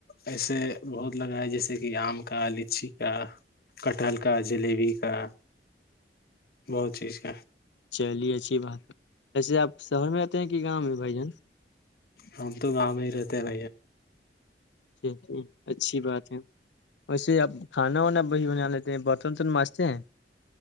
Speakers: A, on the left (about 55°); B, on the left (about 80°).
A: ایسے بہت لگا ہے جیسے کہ آم کا لچی کا کٹہل کا جلیبی کا بہت چیز کا
B: چلیے اچھی بات ہے جیسے آپ شہر میں آتے ہیں کہ گاؤں میں بھائی جان
A: ہم تو گاؤں میں ہی رہتے ہیں ب
B: ج ج اچھی بات ہے ویسے اب کھانا وانا وہی بنا لیتے ہیں برتن تون مانچتے ہیں